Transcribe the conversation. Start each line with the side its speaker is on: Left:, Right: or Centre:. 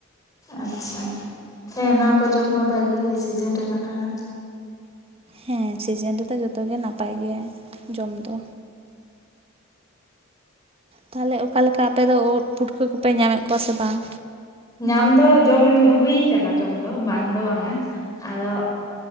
Left: ᱟᱪᱪᱷᱟ, ᱦᱮᱸ ᱱᱚᱣᱟ ᱠᱚ ᱡᱚᱢ ᱢᱟ ᱵᱷᱟᱜᱤ ᱜᱮᱭᱟ ᱥᱤᱡᱮᱱ ᱨᱮᱱᱟᱜ ᱠᱟᱱᱟ᱾
Right: ᱦᱮᱸ ᱥᱤᱡᱮᱱ ᱨᱮᱫᱚ ᱡᱚᱛᱚ ᱜᱮ ᱱᱟᱯᱟᱭ ᱜᱮᱜᱟ ᱡᱚᱢ ᱫᱚ᱾ ᱛᱟᱦᱟᱞᱮ ᱚᱠᱟ ᱞᱮᱠᱟ ᱟᱯᱮ ᱫᱚ ᱩᱫ ᱯᱷᱩᱴᱠᱟᱹ ᱠᱚᱯᱮ ᱧᱟᱢᱮᱫ ᱠᱚᱣᱟ ᱥᱮ ᱵᱟᱝ?
Left: ᱧᱟᱢ ᱫᱚ ᱡᱚᱢ ᱦᱩᱭ ᱠᱟᱱᱟ ᱡᱚᱢ ᱫᱚ ᱵᱟᱝ ᱫᱚ ᱵᱟᱝᱟ, ᱟᱫᱚ